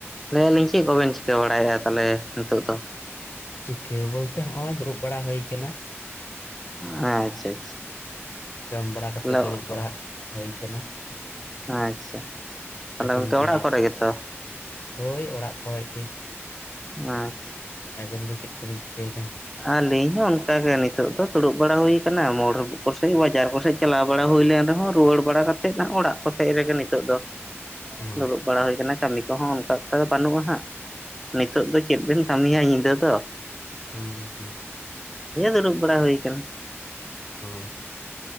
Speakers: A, in the centre; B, on the left.
A: ᱞᱟᱹᱭᱮᱫ ᱟᱹᱞᱤᱧ ᱪᱮᱫ ᱠᱚᱵᱮᱱ ᱪᱤᱠᱟᱹ ᱵᱟᱲᱟᱭᱮᱫᱼᱟ ᱛᱟᱦᱚᱞᱮ ᱱᱤᱛᱚᱜ ᱫᱚ
B: ᱪᱤᱠᱟᱹ ᱵᱚᱞᱛᱮ ᱱᱚᱜᱚᱭ ᱫᱩᱲᱩᱵ ᱵᱟᱲᱟ ᱦᱩᱭ ᱠᱟᱱᱟ᱾
A: ᱟᱪᱪᱷᱟ ᱟᱪᱪᱷᱟ
B: ᱡᱚᱢ ᱵᱟᱲᱟ ᱠᱟᱛᱮ
A: ᱛᱟᱦᱚᱞᱮ
B: ᱫᱩᱲᱩᱵ ᱵᱟᱲᱟ ᱦᱩᱭ ᱠᱟᱱᱟ
A: ᱟᱪᱪᱷᱟ ᱛᱟᱦᱞᱮ
B: ᱟᱹᱵᱤᱱ
A: ᱜᱚᱢᱠᱮ
B: ᱜᱮ
A: ᱚᱲᱟᱜ ᱠᱚᱨᱮ ᱜᱮᱛᱚ
B: ᱦᱳᱭ ᱚᱲᱟᱜ ᱠᱚᱨᱮ ᱜᱮ
A: ᱟᱪᱷᱟ
B: ᱟᱵᱮᱱ ᱜᱮ ᱪᱮᱫ ᱠᱚᱵᱮᱱ ᱪᱤᱠᱟᱹᱭᱮᱫᱟ
A: ᱟᱹᱞᱤᱧ ᱦᱚᱸ ᱚᱱᱠᱟᱜᱮ ᱱᱤᱛᱚᱜ ᱫᱚ ᱫᱩᱲᱩᱵ ᱵᱟᱲᱟ ᱦᱩᱭᱠᱟᱱᱟ ᱢᱳᱲ ᱠᱚᱥᱮᱡ ᱵᱟᱡᱟᱨ ᱠᱚᱥᱮᱫ ᱪᱟᱞᱟᱣ ᱵᱟᱲᱟ <unintelligible> ᱦᱩᱭ ᱞᱮᱱ ᱨᱮᱦᱚᱸ ᱨᱩᱣᱟᱹᱲ ᱵᱟᱲᱟ ᱠᱟᱛᱮᱫ ᱚᱲᱟᱜ ᱠᱚ ᱥᱮᱡ ᱨᱮᱜᱮ ᱱᱤᱛᱚᱜ ᱫᱚ
B: ᱚ
A: ᱫᱩᱲᱩᱵ ᱵᱟᱲᱟ ᱦᱩᱭ ᱠᱟᱱᱟ ᱠᱟᱹᱢᱤ ᱠᱚᱦᱚᱸ ᱚᱱᱠᱟ <unintelligible> ᱫᱚ ᱵᱟᱹᱱᱩᱜᱼᱟ ᱦᱟᱸᱜ ᱱᱤᱛᱚᱜ ᱫᱚ ᱪᱮᱫ ᱵᱮᱱ ᱠᱟᱹᱢᱤᱭᱟ ᱧᱤᱫᱟᱹ ᱫᱚ
B: ᱦᱮᱸ ᱦᱩᱸ
A: ᱫᱩᱲᱩᱵ ᱵᱟᱲᱟ ᱦᱩᱭ ᱟᱠᱟᱱᱟ
B: ᱚ